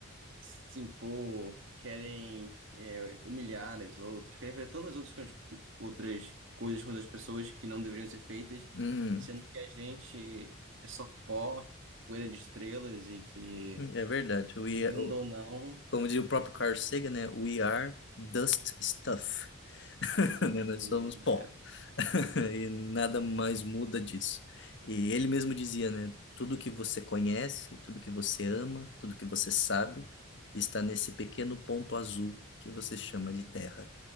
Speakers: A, on the right; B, on the left.
A: se impor, querem é, humilhar as outras, querem fazer tantas outras, coisas- outras coisas com as pessoas que não deveriam ser feitas,
B: uhum.
A: sendo que a gente é só pó, poeira de estrelas e que,
B: É verdade. We,
A: querendo
B: are- o-
A: ou não,
B: como diz o próprio Carl Sagan, né? We are dust stuff, <laughs> né? Nós
A: e-
B: somos pó.
A: é
B: E nada mais muda disso. E ele mesmo dizia, né? Tudo que você conhece, tudo que você ama, tudo que você sabe, está nesse pequeno ponto azul que você chama de terra.